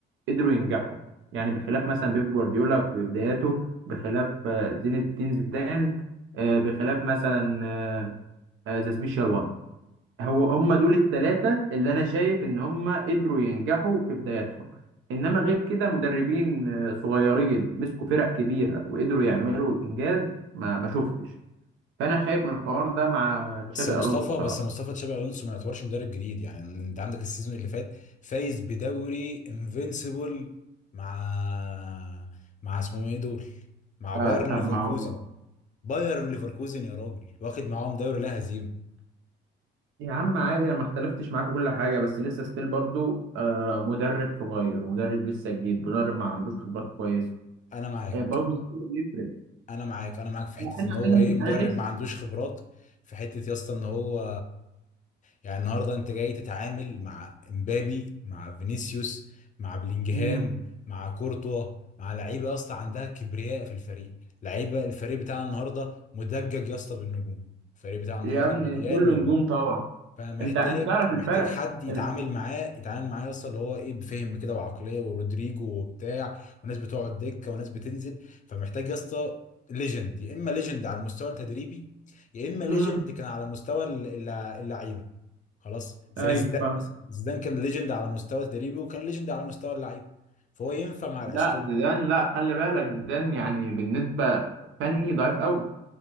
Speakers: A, on the right; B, on the left.
A: قدروا ينجحوا يعني بخلاف مثلا بيب جوارديولا في بداياته بخلاف آه، زين الدين زيدان آه، بخلاف مثلا ذا سبيشال وان هو هم دول الثلاثة اللي أنا شايف إن هم قدروا ينجحوا في بداياتهم إنما غير كده مدربين آه، صغيرين مسكوا فرق كبيرة وقدروا يعملوا إنجاز ما ما شفتش فأنا خايف من الحوار ده مع تشابي
B: بس يا مصطفى
A: ألونسو بصراحة
B: بس يا مصطفى تشابي الونسو ما يعتبرش مدرب جديد يعني انت عندك السيزون اللي فات فايز بدوري انفينسيبل مع مع اسمهم ايه دول مع
A: آه
B: بايرن
A: طب
B: ليفركوزن
A: ما هو
B: بايرن ليفركوزن يا راجل واخد معاهم دوري لا هزيمه
A: يا عم عادي انا ما اختلفتش معاك في كل حاجه بس لسه ستيل برضو آه مدرب صغير مدرب لسه جديد مدرب ما عندوش خبرات كويسه
B: انا معاك
A: آه برضو ده كله بيفرق
B: انا معاك انا معاك في حته
A: انا
B: ان هو
A: انا
B: ايه مدرب
A: انا نفسي
B: ما عندوش خبرات في حته يا اسطى ان هو يعني النهارده انت جاي تتعامل مع امبابي مع فينيسيوس مع بلينجهام
A: مم.
B: مع كورتوا مع لعيبه يا اسطى عندها كبرياء في الفريق لعيبه الفريق بتاعنا النهارده مدجج يا اسطى بالنجوم الفريق بتاعنا النهارده
A: يا ابني
B: مليان
A: كله
B: نجوم
A: نجوم طبعا
B: فمحتاج
A: انت انت تعرف
B: محتاج
A: الفرق
B: حد يتعامل
A: ال...
B: معاه يتعامل معاه اصلا اللي هو ايه بفهم كده وعقليه ورودريجو وبتاع وناس بتقعد دكه وناس بتنزل فمحتاج يا اسطى ليجند يا اما ليجند على المستوى التدريبي يا اما ليجند
A: مم.
B: كان على مستوى الل- الل- اللعيبه خلاص زي
A: ايوه
B: زيدان
A: فاهم
B: مثلا زيدان كان ليجند على مستوى التدريبي وكان ليجند على مستوى اللعيبه فهو ينفع مع الاشكال
A: لا زيدان
B: دي.
A: لا خلي بالك زيدان يعني بالنسبه فني ضعيف قوي